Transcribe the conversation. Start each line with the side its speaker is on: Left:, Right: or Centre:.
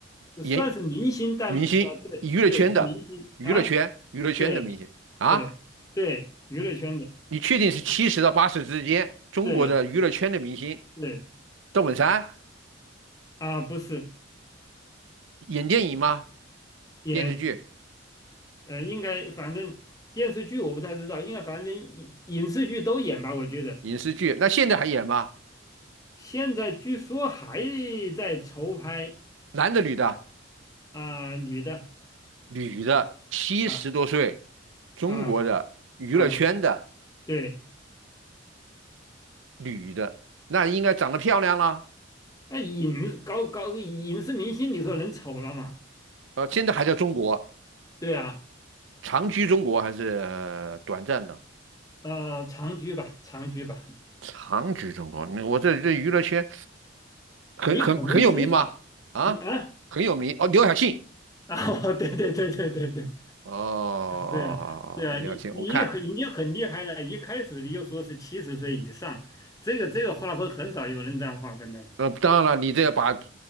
Right: 演
Left: 算是明星，但啊、
Right: 明星、
Left: 对对，
Right: 娱乐圈的娱乐圈、
Left: 是明星啊，
Right: 娱乐圈的明星啊，
Left: 对对对，娱乐圈的，
Right: 你确定是七十到八十之间中国的娱乐圈的明星？
Left: 对对
Right: 赵本山
Left: 啊、不是
Right: 演电影吗？
Left: 演，
Right: 电视剧、
Left: 呃，应该反正电视剧我不太知道，应该反正影影视剧都演吧，我觉得
Right: 影视剧，那现在还演吗？
Left: 现在据说还在筹拍
Right: 男的、女的？
Left: 啊、女的
Right: 女的，七十多岁，
Left: 啊
Right: 中国的娱乐圈的
Left: 啊啊，对，
Right: 女的，那应该长得漂亮了。
Left: 那影高高影视明星，你说能丑了吗？
Right: 呃，现在还在中国，
Left: 对啊，
Right: 长居中国还是呃短暂的？
Left: 呃，长居吧，长居吧，
Right: 长居中国，那我这这娱乐圈很很很有名吗？
Left: 你肯定知道，
Right: 啊，
Left: 你啊
Right: 很有名哦，刘晓庆
Left: 啊，<laughs> 对对对对对对
Right: 哦，
Left: 对啊，对啊，
Right: 刘晓庆，
Left: 你你很已经很厉害了，
Right: 我看，
Left: 一开始你就说是七十岁以上，这个这个划分很少有人这样划分的了。
Right: 呃，当然了，你这把